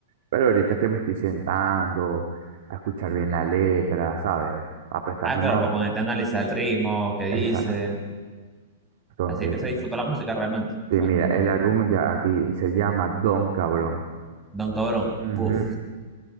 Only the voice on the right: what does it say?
Pero ahorita es que me estoy sentando a escuchar bien la letra, ¿sabes? A prestarle
más.
Exacto. Entonces,
sí,
mira, el álbum ya aquí se llama Don Cabrón.
Ujú.